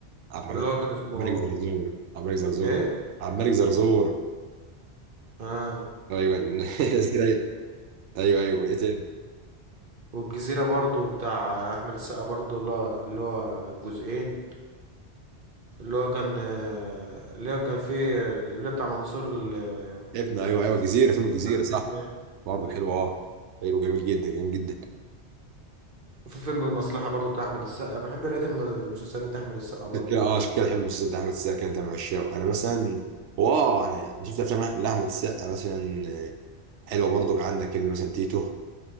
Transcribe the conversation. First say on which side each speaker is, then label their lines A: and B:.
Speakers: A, on the right; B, on the right.
A: عبد الملك
B: اللي هو كان اسمه
A: عبد الملك زرزور عبد الملك زرزور
B: ايه
A: عبد الملك زرزور
B: اه
A: ايوه <laughs> ازاي؟ ايوه ايوه ايه تاني
B: والجزيرة برضو بتاع أحمد السقا برضو اللي هو اللي هو الجزئين اللي هو كان اللي هو كان فيه اللي بتاع منصور ال-
A: ابن ايوه ايوه جزيره فيلم الجزيره
B: منصور الفتنة
A: صح برضه حلو اه حلو جميل جدا جميل جدا
B: وفي فيلم المصلحة برضو بتاع أحمد السقا بحب لقيت المسلسلات بتاع أحمد السقا برضو
A: عشان كده اه عشان كده بحب المسلسل ده احمد السقا انت من عشاقه انا مثلا واو انا انا شفت افلام لاحمد السقا مثلا آه، حلوه برضه عندك فيلم مثلا تيتو